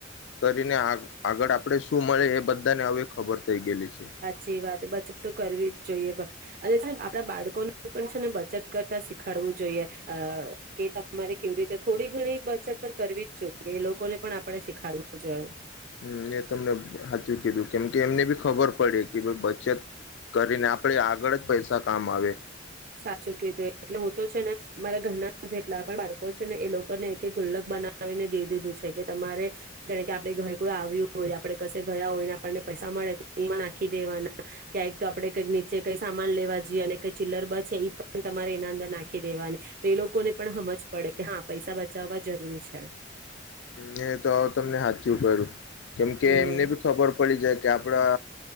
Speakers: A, on the left; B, on the right.
A: કરીને આગળ આપડે શું મળે એ બધાને હવે ખબર. થઈ ગેલી છે.
B: જેી વાત બચત તો કરવી જ જોઈએ અને છે, ને આપડા બાળકોને પણ છે ને બચત કરતા શીખાડવું જોઈએ, કે તમારે કેવી રીતે થોડી ઘણી બચત પણ કરવી જ જોઈએ એ લોકોને પણ આપણે શીખાડવું જોઈએ.
A: હમ મે તમને સાચું કીધું કેમ કે એમને બી ખબર પડે કે ભ બચત કરીને આપણે આગળ જ પૈસા કામ આવે.
B: સાચું કું એટલે હું તો છે ને, અરા ઘરના જેટલા પણ બાળકો છે ને એ લોકોને એક ગુલ્લક બનાવીને દે દીધું છે, કે તમારે જેને કે આપડ ઘરે કોઈ આવ્યું હોય આપણે ક ગયા હોય ને આપણને પૈસા મળે એ નાખી દેવાના, ક્યાંક તોડણે કઈક નીચે કઈ સામાન લેવા જઈએ અને કઈ ચીલર બ એ પણ તમારે એના અંદર નાખી દેવાની, તો એ લોકોને પણ સમજ પડે કે હા પૈસા બચાવવા જરૂરી છે.
A: એ તો આવ તમને હાથથી કર્યું. કેમ કે
B: હમ
A: એમને ભી ખબર પડી જાય કે આપડા